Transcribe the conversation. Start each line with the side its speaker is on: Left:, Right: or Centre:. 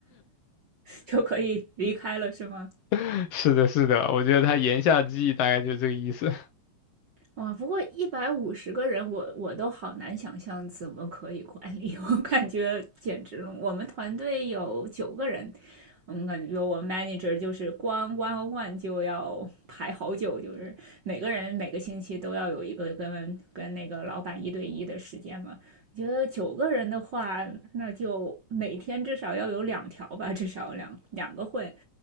Right: 就可以离开了是吗？
Left: <laughs> 是的，是的，我觉得他言下之意大概就是这个意思。
Right: 哇，不过一百五十个人，我我都好难想象怎么可以管理，<laughs> 我感觉简直了。我们团队有九个人，嗯，感觉我们 manager 就是光 one on one 就要排好久，就是每个人每个星期都要有一个跟跟那个老板一对一的时间嘛。我觉得九个人的话，那就每天至少要有两条吧，至少两两个会。